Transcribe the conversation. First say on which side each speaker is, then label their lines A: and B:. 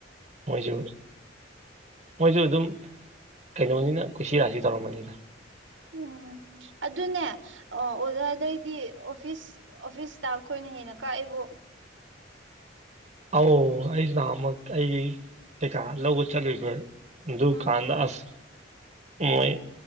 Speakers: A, on the right (about 35°); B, on the right (about 85°).
A: ꯃꯣꯏꯁꯨ ꯃꯣꯏꯁꯨ ꯑꯗꯨꯝ ꯀꯩꯅꯣꯅꯤꯅ ꯀꯨꯁꯤꯔꯥꯁꯤ ꯇꯧꯔꯝꯒꯅꯤꯗ
B: ꯎꯝ ꯑꯗꯨꯅꯦ ꯑꯣꯖꯥꯗꯩꯗꯤ ꯑꯣꯐꯤꯁ ꯑꯣꯐꯤꯁ ꯏꯁꯇꯥꯐ ꯈꯣꯏꯅꯤ ꯍꯦꯟꯅ ꯀꯥꯛꯏꯕꯣ
A: ꯑꯧ ꯑꯩꯖꯨ ꯅꯍꯥꯟ ꯃꯨꯛ ꯑꯩ ꯀꯩꯀꯥ ꯂꯧꯕ ꯆꯠꯂꯨꯏꯕ ꯗꯨ
B: ꯎꯝ
A: ꯀꯥꯟꯗꯥ ꯑꯁ ꯃꯣꯏ